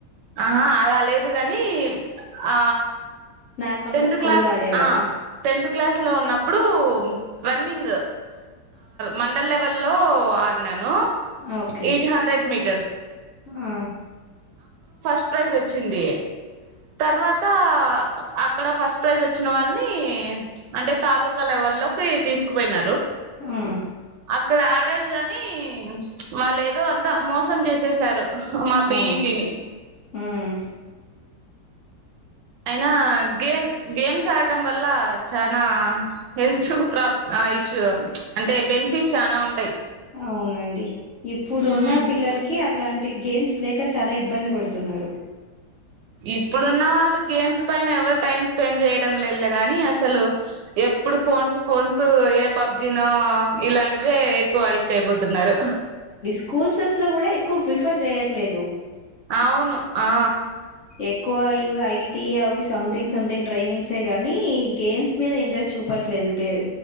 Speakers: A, on the right; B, on the left.
A: ఆహా అలా లేదు కాని ఆ
B: నార్మల్
A: టెన్త
B: గా స్కూల్లో
A: క్లాస్
B: ఆడేవారు
A: టెన్త్ క్లాస్ లో ఉన్నప్పుడు రన్నింగ్ మండల్ లెవెల్ లో ఆడినను
B: ఓకే
A: ఎయిట్ హండ్రెడ్ మీటర్
B: ఆ
A: స ప్రైజ్ వచ్చింది తర్వాత అక్కడ ఫస్ట్ ప్రైజ్ వచ్చిన వాళ్ళని అంటే తాలకాలు ఎవరు తీసుకుపోయిన
B: ఆ
A: అక్కడ ఆడాడు కానీ కానీ వాళ్ళు ఏదో అంతా మోసం చేసేసారు మా
B: అవను
A: పిఈటిని
B: ఉమ్
A: అయినా గేమ్ గేమ్స్ ఆడడం వల్ల చనా హెల్త్ ప్రబ్ ఇషూ అంటే బెనిఫిట్ చాలా ఉంటాయి
B: అవునండి ఇప్పుడు
A: మ్మ్
B: ఉన్న పిల్లలకి ఇలాంటి గేమ్స్ లేక చాలా ఇబ్బంది పడుతున్నారు
A: ఇప్పుడున్న వాళ్ళు గేమ్స్ పైన ఎవరు టైమ్ స్పెండ్ చేయడం లేదు కాగానీ అసలు ఎ ఇప్పుడు ఫోన్స్ ఫోన్స్ ఏ పబ్జి నో ఇలాంటి ఎక్కువాలి అయిపోతున్నారు
B: <unintelligible> లో కూడా ఎక్కువ ప్రిఫర్ చేయట్లేదు
A: అవును ఆ
B: ఎక్కువ ఇవి ఐటీ అవి సంథింగ్ సంథింగ్ ట్రైనింగ్స్ గానీ ఈ గేమ్స్ మీద ఇంట్రెస్ట్ చూపట్లేదు పెరూ